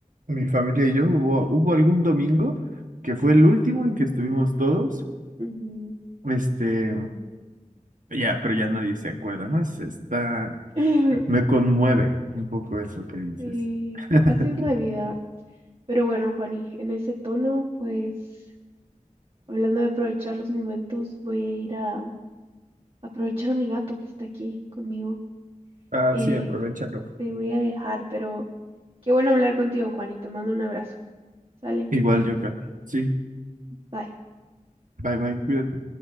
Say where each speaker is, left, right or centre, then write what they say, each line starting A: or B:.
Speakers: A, on the right; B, on the right.
A: mi familia y yo hubo, hubo algún domingo que fue el último en que estuvimos todos.
B: Ujú.
A: Este, ya, pero ya nadie se acuerda, ¿no? Es, está...
B: <laughs>
A: Me conmueve un poco eso que dices.
B: Sí,
A: <laughs>
B: así es la vida. Pero bueno, Juani, en ese tono, pues, hablando de aprovechar los momentos, voy a ir a aprovechar a mi gato que está aquí conmigo.
A: Ah,
B: Eh,
A: sí, aprovechalo.
B: Te voy a dejar, pero qué bueno hablar contigo, Juan, y te mando un abrazo. Sale,
A: Igual yo, creo. Sí,
B: bye.
A: bye bye, cuídate.